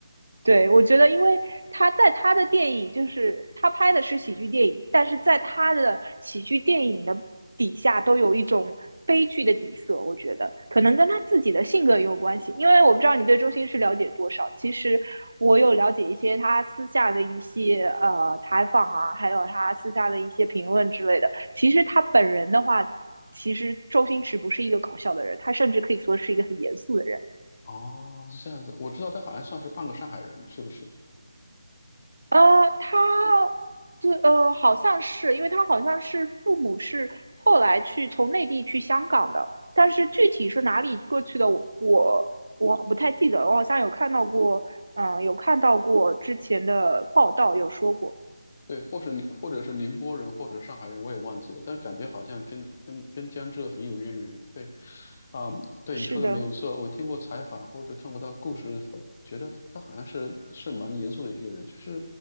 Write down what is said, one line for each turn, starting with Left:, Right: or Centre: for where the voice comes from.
Right: 对，我觉得，因为他在他的电影，就是他拍的是喜剧电影，但是在他的喜剧电影的底下都有一种悲剧的底色。我觉得可能跟他自己的性格也有关系，因为我不知道你对周星驰了解多少。其实我有了解一些他私下的一些呃采访啊，还有他私下的一些评论之类的。其实他本人的话，其实周星驰不是一个搞笑的人，他甚至可以说是一个很严肃的人。
Left: 哦，是这样子，我知道他好像算是半个上海人，是不是？
Right: 呃，他，这呃，好像是，因为他好像是父母是后来去从内地去香港的，但是具体是哪里过去的，我我我不太记得了，我好像有看到过，嗯、有看到过之前的报道有说过，
Left: 对，或是宁或者是宁波人，或者是上海人，我也忘记了，但感觉好像跟跟跟江浙很有渊源。对，啊、对你说的没有错，
Right: 是的。
Left: 我听过采访或者看过他故事后，觉得他好像是是蛮严肃的一个人，就是